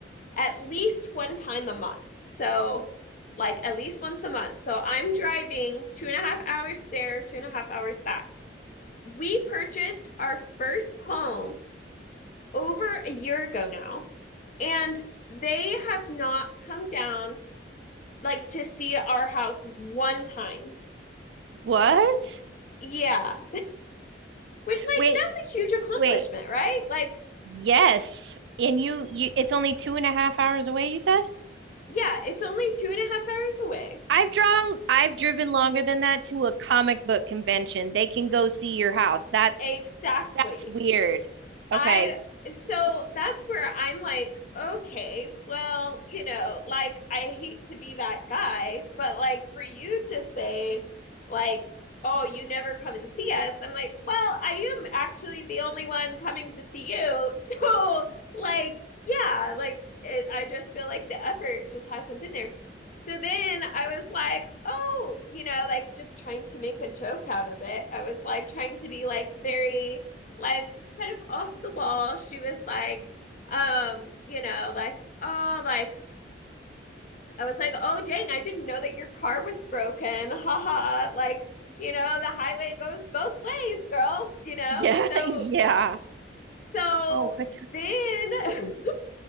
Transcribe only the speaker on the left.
at least one time a month. So, like, at least once a month. So, I'm driving two and a half hours there, two and a half hours back. We purchased our first home over a year ago now, and they have not come down like to see our house one time.
Yeah. Which, like,
that's a huge accomplishment,
right? Like,
yeah, it's only two and a half hours away.
Exactly.
I
so that's where I'm like, okay, well, you know, like I hate to be that guy, but like for you to say like, oh, you never come and see us, I'm like, well, I am actually the only one coming to see you. <laughs> So like, yeah, like it, I just feel like the effort just hasn't been there. So then I was like, oh, you know, like just trying to make a joke out of it. I was like trying to be like very like kind of off the wall. She was like, um, you know, like, oh, like I was like, oh dang, I didn't know that your car was broken. <laughs> Ha ha. Like, you know, the highway goes both ways, girl, you know?
So
so
then <laughs>